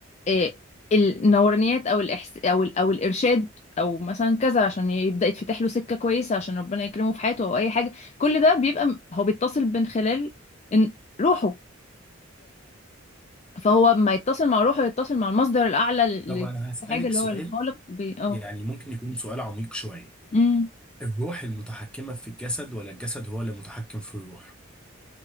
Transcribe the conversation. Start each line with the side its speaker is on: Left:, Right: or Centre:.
Left: آه، النورانيات او الإحس او ال- او الارشاد او مثلا كذا عشان يبدا يتفتح له سكه كويسه عشان ربنا يكرمه في حياته او اي حاجه كل ده بيبقى م- هو بيتصل من خلال إن- روحه فهو ما يتصل مع روحه يتصل مع المصدر الأعلى لل-
Centre: طب انا هسألك
Left: للحاجة اللي
Centre: سؤال
Left: هو الخالق بي... اه
Centre: يعني ممكن يكون سؤال عميق شوية
Left: امم
Centre: الروح المتحكمة في الجسد ولا الجسد هو اللي متحكم في الروح